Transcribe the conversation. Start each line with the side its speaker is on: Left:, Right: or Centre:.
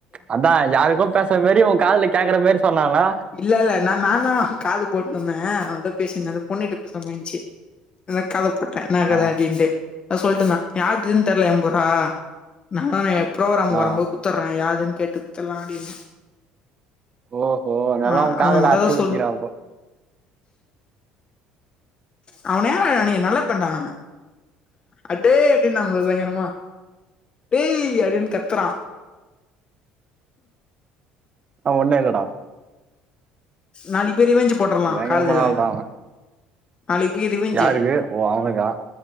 Right: அதா யாருக்கோ பேசுற மாரி ஒ காதுல கேக்குற மாரி சொன்னானா
Left: இல்ல இல்ல நா நாந்தா காது போட்ருந்தே அவெ எதோ பேசிருந்தா எதோ பொண்ணுகிட்ட பேசுற மாரி இருந்ச்சு அதா காத போட்ட என்னா கத
Right: ஆ
Left: அப்டின்ட்டு அத சொல்ட்டுருந்தா யார்துன் தெர்ல எம்ப ரூவா நம்மதாயெ ப்ரோகராம்கு
Right: ஆ
Left: வரம்போது குத் த்தர்றே யாருதுன் கேட்டுக் குட்த்தர்லா அப்டின்னா
Right: ஓஹோ நல்லா
Left: ஆ
Right: உ காதுல
Left: அந்த மாரிதா
Right: அடிச்சு
Left: எதோ
Right: ஊத்திக்கிறா
Left: சொல்
Right: அப்போ
Left: அவ நேரோ அன்னிக்கு நல்ல பையன்டா அவெ அடே அப்டின்னா பாரு பயங்கரமா டேய் அப்டின்னு கத்துறா
Right: அவ ஒன்னே இல்லடா
Left: நாளிக்குப் போய் ரிவேஞ்சு போட்ரலா
Right: பயங்கரமான
Left: காலேஜுல
Right: ஆள் தான் அவன்
Left: நாளைக் போய் ரிவேஞ்சு
Right: யாருக்கு ஓ அவனுக்கா